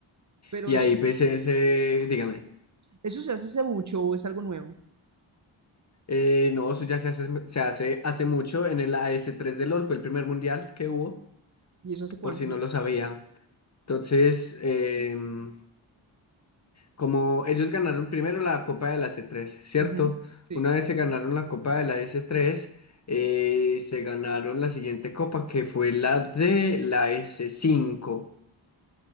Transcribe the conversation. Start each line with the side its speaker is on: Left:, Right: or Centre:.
Right: Pero
Left: Y
Right: eso,
Left: ahí
Right: es-
Left: pues ese, dígame,
Right: eso se hace hace mucho o es algo nuevo.
Left: eh, no, eso ya se hace, se hace hace mucho, en el AS3 de LOL fue el primer mundial que hubo,
Right: ¿Y eso hace cuánto?
Left: por si no lo sabía. Entonces, em, Como ellos ganaron primero la Copa de la c tres, ¿cierto?
Right: Ujú. Sí,
Left: Una vez se ganaron la Copa de la s tres, eh, se ganaron la siguiente copa que fue la de la s cinco,